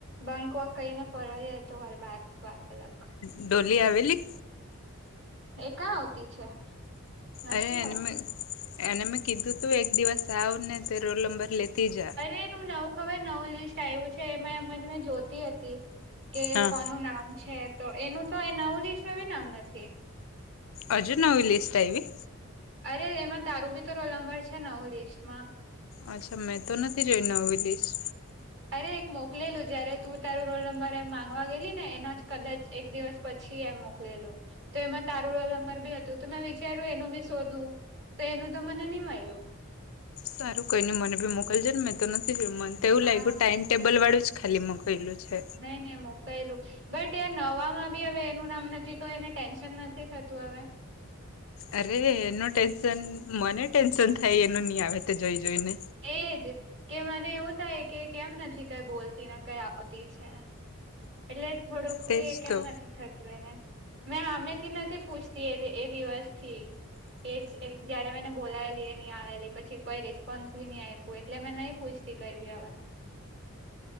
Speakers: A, on the right (about 55°); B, on the left (about 75°).
A: ભંક વાક કહીને ફળ જાય તો હાલ વાત વાત અલગ
B: ડોલી આવેલી.
A: એ કા આવતી છે. નથી
B: અરે એને
A: આવતી
B: મે એને મેં કીધું તું એક દિવસ આવ ને તે રોલ નંબર લેતી જા.
A: એ તું નવ ખબર નવું લિસ્ટ આવ્યું છે એમાં એમજ મેં જોતી હતી કે
B: હા
A: કોનું નામ છે તો એનું તો એ નવું લિસ્ટમાં ભી નામ નથી.
B: હજુ નવી લિસ્ટ આવી
A: અરે એમાં તારું બી તો રોલ નંબર છે નવું લિસ્ટમાં
B: અચ્છા મેં તો નથી જોઈનેવી લિસ્ટ
A: અરે એક મોકલેલું જયારે તું તારું રોલ નંબર એમ માંગવા ગયેલી ને એના જ કદાચ એક દિવસ પછી આ મોકલેલું. તો એમાં તારું રોલ નંબર બી હતું તો મેં વિચાર્યું એનું બી શોધું તો એનું તો મને નહીં મળ્યું.
B: સારું કોઈને મને ભી મોકલજ ને મેં તો નથીું મને તો એવું
A: હા
B: લાગ્યું ટાઈમ ટેબલ વાળું જ. ખાલી મગાયલું છે.
A: નહી નહી મોકા એલું બટ એ નવામાં બી હવે એનું નામ નથી તો એને ટેન્શન નથી થતું હવે.
B: અરે એનું ટેન્શન મને ટેન્શન થાય એનું નહી આવે તો જોઈ જોઈને
A: એજ કે મને એવું થાય કે કેમ નથી કઈ બોલતી કઈ આવતી છે. એટલે થોડુંકવી
B: તેજ
A: એ કેમ
B: તો
A: નથી થતું. મેં હામેથી નથી પૂછતી એ એ દિવસ થી એ જ જયારે મને બોલાયલી એ નહી આવેલી પછી કોઈ રિસ્પોન્સ બી નહી આવે. એટલે મેં નહી પૂછતી કઈ બી હવે.